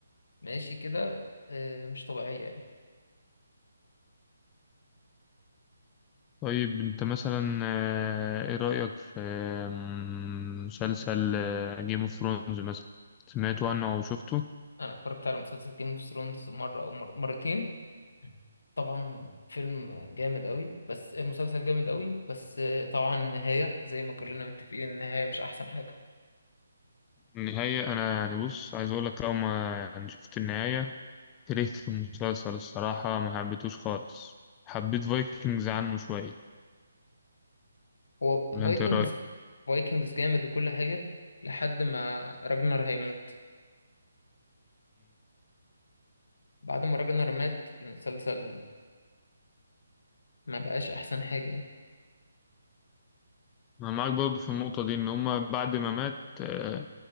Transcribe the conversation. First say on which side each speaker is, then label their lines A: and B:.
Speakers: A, on the left (about 75°); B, on the left (about 15°).
A: ماشي كده آه، مش طبيعية يعني
B: طيب انت مثلا آه، ايه رأيك في آه، مسلسل جيم اوف ثرونز مثلا سمعته عنه او شفته
A: أنا اتفرجت على مسلسل جيم اوف ثرونز مرة أو مر... مرتين طبعا فيلم جامد قوي بس مسلسل جامد قوي بس طبعا النهاية زي ما كلنا متفقين النهاية مش أحسن حاجة
B: النهاية انا يعني بص عايز اقول لك اول ما يعني شفت النهاية كرهت في المسلسل الصراحة ما حبيتوش خالص حبيت فايكنجز عنه شوية
A: هو
B: ولا
A: فايكنجز
B: انت ايه رأيك؟
A: فايكنجز جامد وكل حاجة لحد ما راجنر هيموت بعد ما راجنر مات المسلسل ما بقاش أحسن حاجة يعني
B: أنا معاك برضه في النقطة دي إن هما بعد ما مات آه،